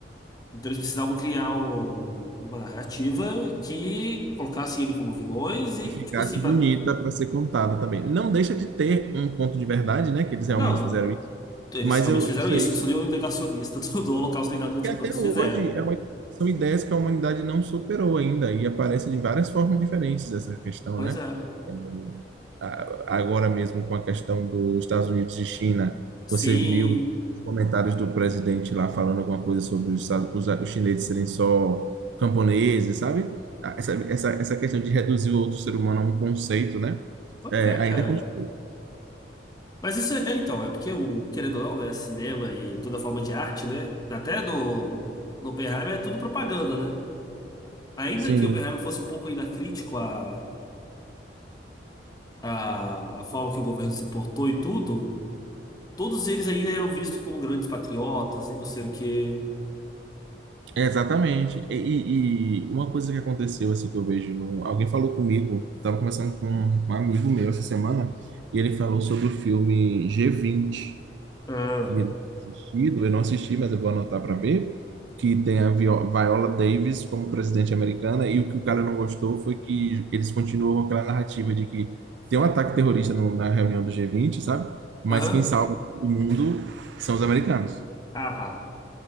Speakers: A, on the left; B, on the right.
A: Então eles precisavam criar um- uma narrativa que colocasse ele como vilões e,
B: E ficasse
A: que, tipo assim, pra...
B: bonita para ser contada também. Não deixa de ter um ponto de verdade, né? Que eles realmente
A: não,
B: fizeram isso.
A: eles
B: Mas
A: realmente
B: eu,
A: fizeram
B: eu sei,
A: isso, não sou nenhum negacionista <laughs> do, do Holocausto nem nada do tipo,
B: E até
A: não, eles
B: hoje
A: fizeram.
B: é uma- são ideias que a humanidade não superou ainda e aparecem de várias formas diferentes essa questão,
A: Pois
B: né?
A: é.
B: É, a- Agora mesmo com a questão dos Estados Unidos e China,
A: Sim,
B: você viu os comentários do presidente lá falando alguma coisa sobre os, Estados- os- os chineses serem só camponeses, sabe? Ah, Essa, essa, essa questão de reduzir o outro ser humano a um conceito, né?
A: pois
B: É,
A: é,
B: ainda
A: cara.
B: continua.
A: Mas isso é, é, então, é porque o, querendo ou não, né, cinema e toda forma de arte, né? Até no, no Oppenheimer é tudo propaganda, né? Ainda
B: Sim.
A: que o Oppenheimer fosse um pouco ainda crítico à, à, à forma que o governo se portou e tudo, todos eles ainda eram vistos como grandes patriotas e não sei o quê.
B: Exatamente. E, e- e uma coisa que aconteceu, assim, que eu vejo no... Alguém falou comigo, estava conversando com um amigo meu essa semana, e ele falou sobre o filme G20,
A: Ah.
B: que ele tinha assistido, eu não assisti, mas eu vou anotar para ver, que tem a Vio- Viola Davis como presidente americana, e o que o cara não gostou foi que eles continuam com aquela narrativa de que tem um ataque terrorista no- na reunião do G20, sabe? Mas
A: Aham.
B: quem salva o mundo são os americanos.
A: Ah, vá.